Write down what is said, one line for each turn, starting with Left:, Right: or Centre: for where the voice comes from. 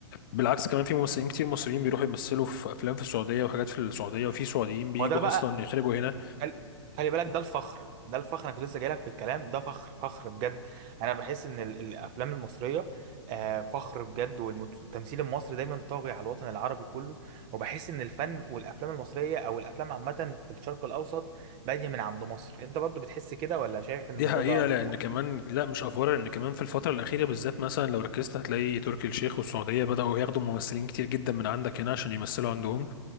Left: بالعكس كمان في ممثلين كتير مصريين بيروحوا يمثلوا في أفلام في السعودية وحاجات في السعودية وفي سعوديين بيجوا
Right: وده بقى
Left: أصلا يخرجوا هنا
Right: خل- خلي بالك ده الفخر ده الفخر انا كنت لسه جايلك في الكلام ده فخر فخر بجد انا بحس ان ال- الافلام المصريه آه، فخر بجد والتمثيل المصري دايما طاغي على الوطن العربي كله وبحس ان الفن والافلام المصريه او الافلام عامه في الشرق الاوسط باديه من عند مصر انت برضو بتحس كده ولا شايف ان
Left: دي
Right: الموضوع
Left: حقيقة
Right: ده افوار
Left: لأن كمان لا مش أفورة لأن كمان في الفترة الأخيرة بالذات مثلا لو ركزت هتلاقي تركي الشيخ والسعودية بدأوا ياخدوا ممثلين كتير جدا من عندك هنا عشان يمثلوا عندهم